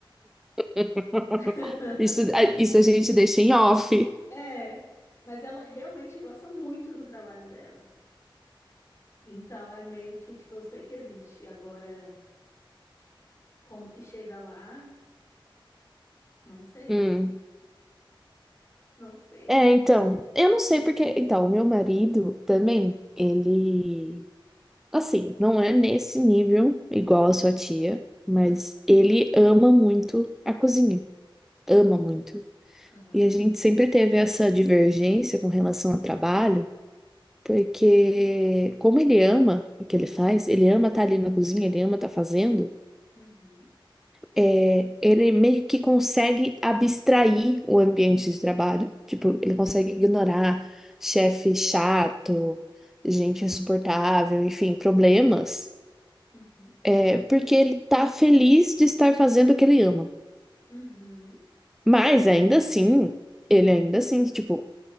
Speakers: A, in the centre; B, on the left (about 35°).
A: <laughs>
B: <laughs>
A: Isso, a- isso a gente deixa em off.
B: é, mas ela realmente gosta muito do trabalho dela. Então é meio que, tipo, eu sei que existe. Agora, como que chega lá? Não sei.
A: Hum.
B: Não sei.
A: É, então, eu não sei porque. Então, o meu marido também, ele. Assim, não é nesse nível igual a sua tia, mas
B: Aham.
A: ele ama muito a cozinha. Ama muito.
B: Aham.
A: E a gente sempre teve essa divergência com relação ao trabalho, porque como ele ama o que ele faz, ele ama estar ali na cozinha, ele ama estar fazendo,
B: Uhum.
A: é, ele meio que consegue abstrair o ambiente de trabalho. Tipo,
B: Uhum,
A: ele consegue ignorar chefe chato, gente insuportável, enfim, problemas.
B: uhum,
A: É porque ele tá feliz de estar fazendo o que ele ama.
B: uhum,
A: Mas ainda assim, ele ainda assim, tipo,